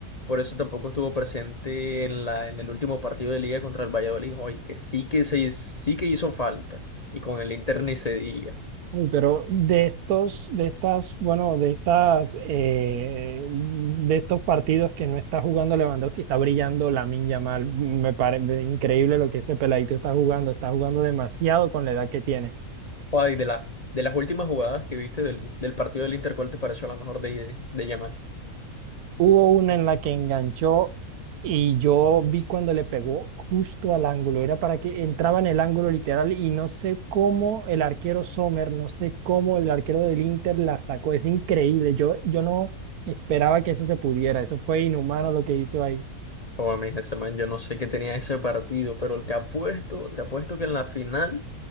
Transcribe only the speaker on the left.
Por eso tampoco estuvo presente en la, en el último partido de Liga contra el Valladolid. Oye, que sí que se, sí que hizo falta. Y con el Inter ni se diga.
Oye, de la, de las últimas jugadas que viste del, del partido del Inter, ¿cuál te pareció la mejor de, de, de Yamal?
O a mí ese man, yo no sé qué tenía ese partido, pero te apuesto, te apuesto que en la final